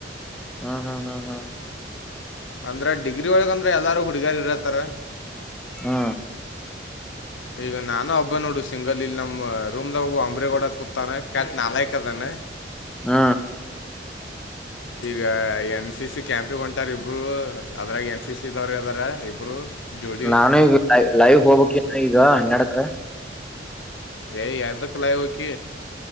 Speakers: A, in the centre; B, on the left.
A: ಹ್ಮ ಹ್ಮ್ ಹ್ಮ್ ಹಾ
B: ಅಂದ್ರೆ ಡಿಗ್ರಿ ಒಳಗ ಅಂದ್ರೆ ಎಲ್ಲಾರೂ ಹುಡುಗಾರಿ ಇರತ್ತಾರ
A: ಹಾ
B: ಈಗ ನಾನು ಹಬ್ಬ ನೋಡು ಸಿಂಗಲ್ ಇಲ್ಲಿ ನಮ್ಮ್ ರೂಮ್ದಾಗ ಅಂಬ್ರಗೋಡದ ಕೂತಾನೆ ಕ್ಯಾಟ್ ನಾಾಯಕ್ ಅದಾನೆ
A: ಹ್ಮ
B: ಈಗ ಎನ್ ಸಿ ಸಿ ಕ್ಯಾಂಪಿ ಹೊಂಟಾರ ಇಬ್ಬರು ಅದ್ರಾಗ ಎನ್ ಸಿ ಸಿಿದವ್ರ ಇದದಾರ ಇಬ್ರು ಜೋಡಿ
A: ನಾನು ಈ ಲೈವ್ ಹೋಗಕ್ಕೆ ಈಗ ಹನ್ನಡಕ
B: ಯ ಯದಕಲಾಯ ಹಕ